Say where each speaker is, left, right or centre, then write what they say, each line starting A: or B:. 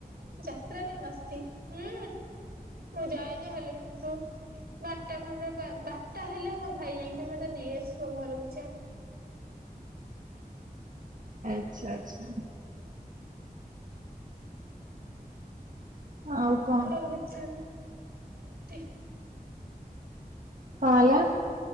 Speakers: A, on the right (about 85°); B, on the right (about 55°).
A: ଯାତ୍ରାରେ ମସ୍ତି ହୁଁ ମୁଁ ଯାଏ ଯେ ହେଲେ କିନ୍ତୁ ବାରଟା ଖଣ୍ଡେ ବାରଟା ହେଲେ ମୋ ଭାଇ ଯାଇକି ମତେ ନେଇଆସିବ ଘରକୁ ଚାଲ।
B: ଆଚ୍ଛା ଆଚ୍ଛା। ଆଉ। କଣ
A: କହିବାକୁ ଇଛା ନାଇଁ ଏମତି।
B: କଣ ହେଲା।